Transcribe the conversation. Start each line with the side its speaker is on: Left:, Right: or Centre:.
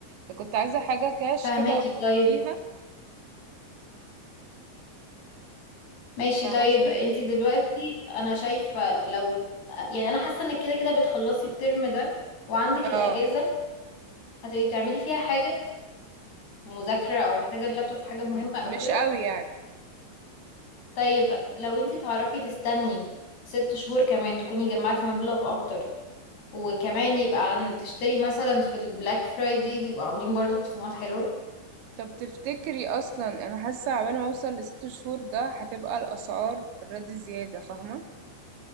Right: فكنت عايزة حاجة كاش
Left: فهماكي
Right: كده اخلص
Left: طيب
Right: بيها
Left: ماشي
Right: فهشوف
Left: طيب انتي دلوقتي انا شايفة لو يعني انا حاسة انك كده كده بتخلصي الترم ده وعندك الاجازة
Right: اه
Left: هتبقي بتعملي فيها حاجة مذاكرة او محتاجة اللابتوب في حاجة مهمة
Right: م-
Left: او
Right: مش
Left: كده
Right: قوي يعني
Left: طيب لو انتي تعرفي تستني ست شهور كمان تكوني جمعتي مبلغ اكتر وكمان يبقى عن تشتري مثلا في البلاك فرايداي بيبقوا عاملين برضو خصومات حلوة
Right: طب تفتكري اصلا انا حاسة عبال ما اوصل لست شهور ده هتبقى الاسعار اوريدي زيادة فاهمة